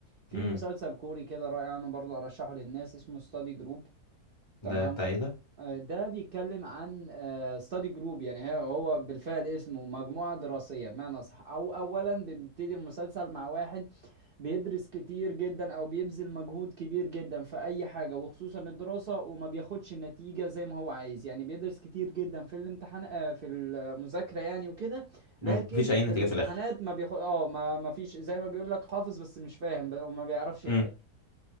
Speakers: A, on the right (about 60°); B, on the left (about 25°).
A: في
B: امم
A: مسلسل كوري كده رائع انا برضو ارشحه للناس اسمه ستادي جروب تمام.
B: ده بتاع ايه ده
A: آه، ده بيتكلم عن ستادي جروب يعني هي- هو بالفعل اسمه مجموعة دراسية بمعنى صح أو أولا بيبتدي المسلسل مع واحد بيدرس كتير جدا أو بيبذل مجهود كبير جدا في أي حاجة وخصوصا الدراسة وما بياخدش النتيجة زي ما هو عايز يعني بيدرس كتير جدا في الامتحان آه، في المذاكرة يعني وكده
B: مفيش
A: لكن
B: اي
A: في
B: نتيجة
A: الامتحانات
B: في الاخر
A: ما بياخد اه ما ما فيش زي ما بيقول لك حافظ بس مش فاهم ب- وما بيعرفش
B: امم
A: يحل